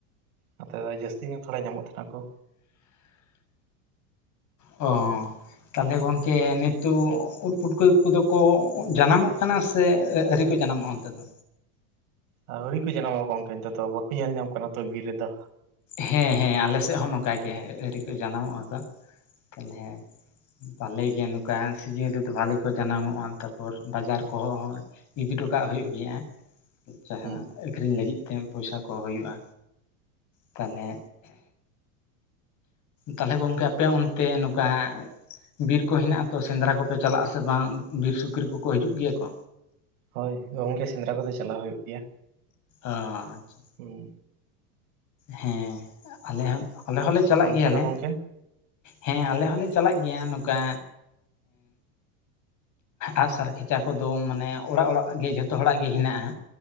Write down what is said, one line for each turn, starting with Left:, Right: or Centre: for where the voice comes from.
Right: ᱱᱚᱛᱮ ᱫᱚ ᱡᱟᱹᱥᱛᱤ ᱧᱚᱜ ᱛᱷᱚᱲᱟ ᱧᱟᱢᱚᱜ ᱛᱟᱦᱮᱱᱟ ᱠᱚ᱾
Left: ᱚ ᱛᱟᱦᱞᱮ ᱜᱚᱝᱠᱮ ᱱᱤᱛᱩᱜ ᱩᱫ ᱯᱩᱴᱠᱟᱹ ᱠᱩᱫᱚ ᱠᱚ ᱡᱟᱱᱟᱢᱚᱜ ᱠᱟᱱᱟ ᱥᱮ ᱡᱟᱱᱟᱢᱚᱜᱼᱟ ᱚᱱᱛᱮ ᱫᱚ
Right: ᱟᱹᱣᱨᱤ ᱠᱚ ᱡᱟᱱᱟᱢᱚᱜ ᱜᱚᱢᱠᱮ ᱱᱤᱛᱚᱜ ᱫᱚ ᱵᱟᱠᱚ ᱧᱮᱞ ᱧᱟᱢ ᱠᱟᱱᱟ ᱛᱚ ᱵᱤᱨ ᱨᱮᱫᱚ᱾
Left: ᱦᱮᱸ ᱦᱮᱸ ᱟᱞᱮ ᱥᱮᱜ ᱦᱚᱸ ᱱᱚᱝᱠᱟ ᱜᱮ ᱟᱹᱨᱤ ᱠᱚ ᱡᱟᱱᱟᱢᱚᱜ-ᱟ ᱠᱚ ᱛᱟᱞᱦᱮ ᱯᱟᱞᱮ ᱜᱮ ᱱᱚᱠᱟ ᱥᱤᱡᱤᱱ ᱨᱮᱫᱚ ᱵᱷᱟᱞᱮ ᱠᱚ ᱡᱟᱱᱟᱢᱚᱜ-ᱟ ᱛᱟᱯᱚᱨ ᱵᱟᱡᱟᱨ ᱠᱚᱦᱚᱸ ᱤᱫᱤ ᱴᱚ ᱠᱟᱜ ᱦᱩᱭᱩᱜ ᱜᱮᱭᱟ ᱡᱟᱦᱟᱸ
Right: ᱦᱩᱸ
Left: ᱟᱠᱷᱨᱤᱧ ᱞᱟᱹᱜᱤᱫ ᱛᱮ ᱯᱚᱭᱥᱟ ᱠᱚ ᱦᱩᱭᱩᱜ-ᱟ ᱛᱟᱞᱦᱮ ᱛᱟᱞᱦᱮ ᱜᱚᱝᱠᱮ ᱟᱯᱮ ᱚᱱᱛᱮ ᱱᱚᱠᱟ ᱵᱤᱨ ᱠᱚ ᱦᱮᱱᱟᱟ ᱛᱚ ᱥᱮᱸᱫᱽᱨᱟ ᱠᱚᱯᱮ ᱪᱟᱞᱟᱜ-ᱟ ᱥᱮ ᱵᱟᱝ ᱵᱤᱨ ᱥᱩᱠᱨᱤ ᱠᱚᱠᱚ ᱦᱤᱡᱩᱜ ᱜᱮᱭᱟ ᱠᱚ
Right: ᱦᱳᱭ ᱜᱚᱝᱠᱮ ᱥᱮᱸᱫᱽᱨᱟ ᱠᱚᱫᱚ ᱪᱟᱞᱟᱣ ᱦᱩᱭᱩᱜ ᱜᱮᱭᱟ
Left: ᱚ ᱟᱪᱪᱷᱟ
Right: ᱦᱩᱸ
Left: ᱦᱮᱸ ᱟᱞᱮ ᱦᱚᱸ ᱟᱞᱮ
Right: ᱟᱨ
Left: ᱦᱚᱸᱞᱮ ᱪᱟᱞᱟᱜ
Right: ᱚᱱᱛᱮ
Left: ᱜᱮᱭᱟᱞᱮ
Right: ᱫᱚ ᱜᱚᱝᱠᱮ
Left: ᱦᱮᱸ ᱟᱞᱮ ᱦᱚᱞᱮ ᱪᱟᱞᱟᱜ ᱜᱮᱭᱟ ᱱᱚᱠᱟ ᱟᱜ ᱥᱟᱨ ᱠᱷᱮᱪᱟ ᱠᱚᱫᱚ ᱢᱟᱱᱮ ᱚᱲᱟᱜ ᱚᱲᱟᱜ ᱜᱮ ᱡᱷᱚᱛᱚ ᱦᱚᱲᱟᱜ ᱜᱮ ᱦᱮᱱᱟᱜ-ᱟ